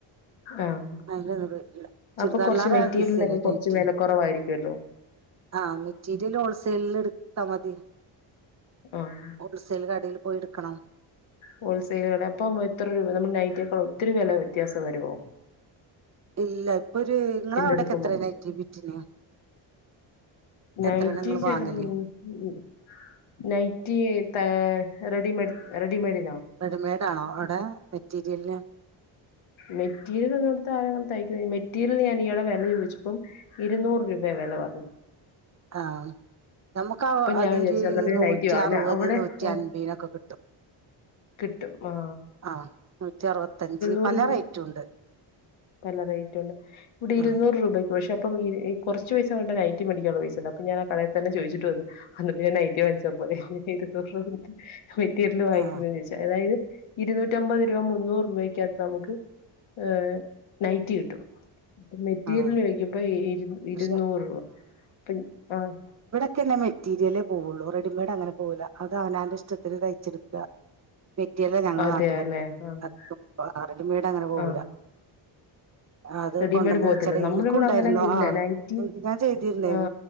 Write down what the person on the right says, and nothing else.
<unintelligible> ചുരിദാറിലേറെ
ഈസിയല്ലേ
നൈറ്റി
ആഹ് മെറ്റീരിയല് ഹോൾസെയിലിൽ എടുത്താ മതി
ഹോൾസെൽ കടിയിൽ പോയിട്ക്കണം
ഇല്ല ഇപ്പൊര് ഇങ്ങളവിടക്കെത്രേണ്
നൈറ്റി ബിറ്റിന്
എത്രയാണ് നിങ്ങൾ
വാങ്ങല്
റെഡിമേടാണോ അവിടെ മെറ്റീരിയൽന്
ആഹ് നമുക്ക് ആ
അതൊരു
നൂറ്റി
അറുപത്
നൂറ്റി
അൻപയിനൊക്കെ കിട്ടും
ആ നൂറ്റി അറുപത്തഞ്ച്
പല റേറ്റും ഉണ്ട്
ആഹ്
ആഹ്
ആഹ്
പക്ഷെ
ക്ക്ന്നെ മെറ്റീരിയലേ പോവോള്ളു റെഡിമെയ്ഡ് അങ്ങനെ പോവൂലാ അത് അവനാന്റെ ഇഷ്ടത്തിൻ തയ്ച്ചെടുക്കാ മെറ്റിരീയല് ഞങ്ങള
നാട്ടിലൊക്കെ
അതികും റെഡിമെയ്ഡ് അങ്ങനെ പോവുലാ
അത്
കൊണ്ടന്ന്
വെച്ചാല്
ഇൻക്കും
ഇണ്ടായിരുന്നു
ആ
ഇൻക്ക് ഞാൻ ചെയ്തിര്ന്നേ